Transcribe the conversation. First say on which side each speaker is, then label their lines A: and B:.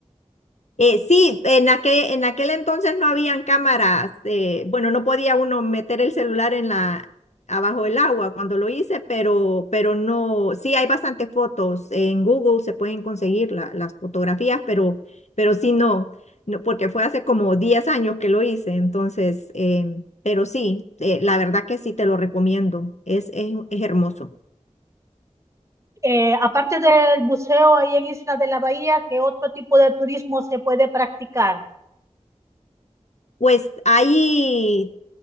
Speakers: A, on the left; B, on the right.
A: Eh, sí, en aquel, en aquel entonces no habían cámaras, eh, bueno, no podía uno meter el celular en la, abajo del agua cuando lo hice, pero, pero no, sí hay bastantes fotos, en Google se pueden conseguir la- las fotografías, pero, pero sí no, no, porque fue hace como 10 años que lo hice, entonces, eh, pero sí, eh, la verdad que sí te lo recomiendo, es, es, es hermoso.
B: Eh, aparte del buceo ahí en Isla de la Bahía, ¿qué otro tipo de turismo se puede practicar?
A: Pues ahí